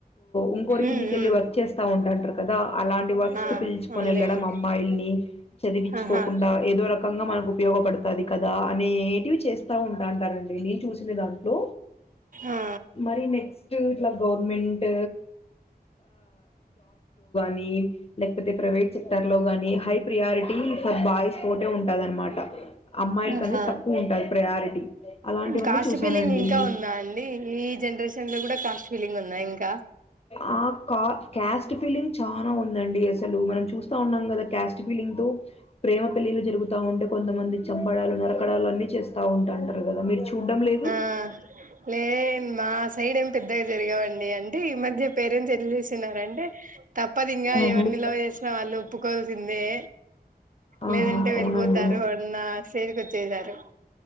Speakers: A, on the left; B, on the right.
A: ఇంకొరు కిందికెళ్ళి
B: ఉమ్ ఉమ్
A: వర్క్ చేస్తా ఉంటాంటారు కదా అలాంటి వర్క్స్
B: ఆ
A: కి పిలుచుకొని
B: అవునులేండి
A: వెళ్ళడం అమ్మాయిల్ని చదివించుకోకుండా
B: ఆహా
A: ఏదో రకంగా మనకు ఉపయోగపడతది కదా అనేటివి చేస్తా ఉంటాంటారండి నేను చూసిన దాంట్లో
B: ఆ
A: మరీ నెక్స్ట్ ఇట్లా గవర్నమెంట్ ని లేకపోతే ప్రైవేట్ సెక్టర్ లో గాని హై ప్రియారిటీ ఫర్ బాయ్స్ ఒకటే ఉంటాదనమాట అమ్మాయిలకనేది
B: ఆహా
A: తక్కువ ఉంటాది ప్రయారిటీ అలాంటివన్నీ
B: కాస్ట్
A: చూసానండి
B: ఫీలింగ్ ఇంకా ఉందా అండి ఈ జనరేషన్ లో కూడా కాస్ట్ ఫీలింగ్ ఉందా ఇంకా
A: ఆ క్యాస్ట్ ఫీలింగ్ చాలా ఉందండి అసలు మనం చూస్తా ఉన్నాం కదా క్యాస్ట్ స్ట్ ఫీలింగు తో ప్రేమ పెళ్లిళ్లు జరుగుతా ఉంటే కొంతమంది చంపడాలు నరకడాలు అన్నీ చేస్త ఉంటాంటారు కదా మీరు చూడ్డం లేదు
B: ఆ లే మా సైడ్ ఏం పెద్దగా జరగవండి అంటే ఈ మధ్య పేరేంట్స్ ఎట్ల చేసినార అంటే తప్పదింగ
A: మ్మ్
B: ఎవరిని
A: హ్మ్
B: లవ్ చేసినా వాళ్ళు ఒప్పుకోల్సిందే
A: ఆహా
B: లేదంటే
A: అవునండి
B: వెళ్ళిపోతారు అ న్నా స్టేజ్ కి వచ్చేసారు